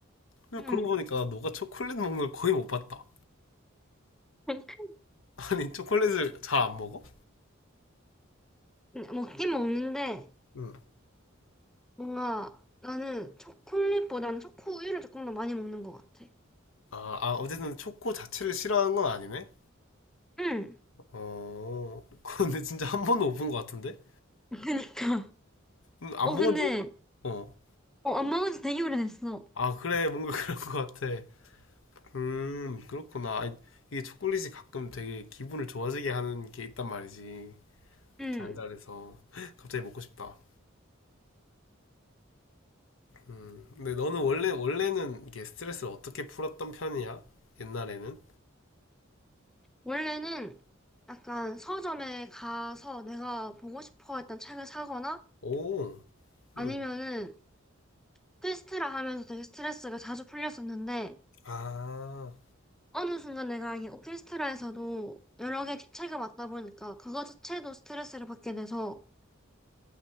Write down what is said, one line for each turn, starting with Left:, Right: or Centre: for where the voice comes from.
Left: 근데
Centre: 응.
Left: 그러고 보니까 너가 초콜릿 먹는 걸 거의 못 봤다.
Centre: <laughs>
Left: <laughs> 아니, 초콜릿을 잘 안 먹어?
Centre: 먹긴 먹는데,
Left: 응.
Centre: 뭔가 나는 초콜릿보다는 초코우유를 조금 더 많이 먹는 것 같아.
Left: 아, 아, 어쨌든 초코 자체를 싫어하는 건 아니네.
Centre: 응,
Left: 어, <laughs> 근데 진짜 한 번도 못 본 것 같은데?
Centre: 그니까.
Left: 음, 안
Centre: 어,
Left: 먹은
Centre: 근데,
Left: 지, 어.
Centre: 어, 안 먹은 지 되게 오래됐어.
Left: 아, 그래, 뭔가 <laughs> 그런 것 같아. 음, 그렇구나. 아니, 이게 초콜릿이 가끔 되게 기분을 좋아지게 하는 게 있단 말이지.
Centre: 응.
Left: 달달해서. <laughs> 갑자기 먹고 싶다. 음, 근데 너는 원래, 원래는 이게 스트레스를 어떻게 풀었던 편이야? 옛날에는?
Centre: 원래는 약간 서점에 가서 내가 보고 싶어 했던 책을 사거나
Left: 오,
Centre: 아니면은
Left: 음.
Centre: 필스트라 하면서 되게 스트레스가 자주 풀렸었는데,
Left: 아,
Centre: 어느 순간 내가 이 오케스트라에서도 여러 개 주체가 맞다 보니까 그거 자체도 스트레스를 받게 돼서